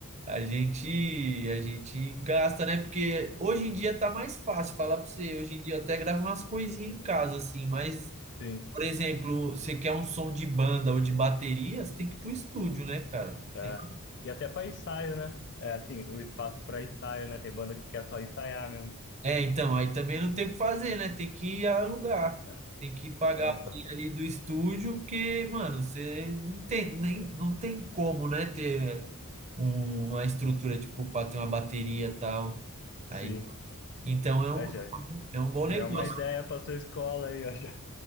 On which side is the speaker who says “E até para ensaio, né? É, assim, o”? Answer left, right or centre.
Left